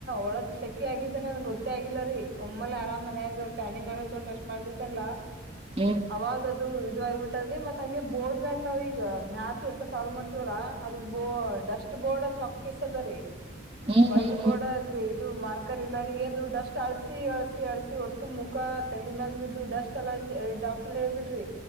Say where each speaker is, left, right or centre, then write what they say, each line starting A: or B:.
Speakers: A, on the right; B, on the right.
A: ಒಳಗ್ ಸಕಿ ಆಗಿದ್ದ ನನ್ ಗೊತ್ತೇ ಆಗಿಲ್ಲ ರೀ ಒಮ್ಮಲೆ ಆರಾಮನ್ಯಾಗ ಫ್ಯಾನಿಂಗ್ ಹಕೊಂಡುಷ್ಟಟ್ ಮಾಡ್ಲಿದಲ್ಲ
B: ಹ್ಮ್ ಹ್ಮ್
A: ಅವಾಗದು ಇದು ಇದು ಆಗಿಬಿಟ್ಟದರಿ ಮತ್ತತ್ ಹಂಗೆ ಬೋರ್ಡ್ ಮ್ಯಾಗ ನಾವ ಈಗ ನಸ್ಲಿಕ್ಕ ಸಾಲ್ವ್ ಮಾಡ್ತೀವಲ್ಲಾ ಅದು ಬೋ ಡಸ್ಟ್ ಬೋರ್ಡ್ ಚಕ್ ಪಿಸ ಅದರಿೀ
B: ಹ್ಮ್
A: ವೈಟ್
B: ಹ್ಮ್
A: ಬೋರ್ಡ ಗ್ರೇ ಇದು ಮಾರ್ಕರ್ ಇಲ್ಲ ರೀ ಅದು್ರು ಡಸ್ಟ್ ಅಳ್ಸಿ ಅಳ್ಸಿ ಅಳ್ಸಿ ಒಟ್ಟು ಮುಖ ತೆಲಿನಲ್ ಬಿದು ಡಸ್ಟ್ ಅಲ ಡಾಕ್ಟರ್ ಹೇಳ್ಬಿಟ್ರಿ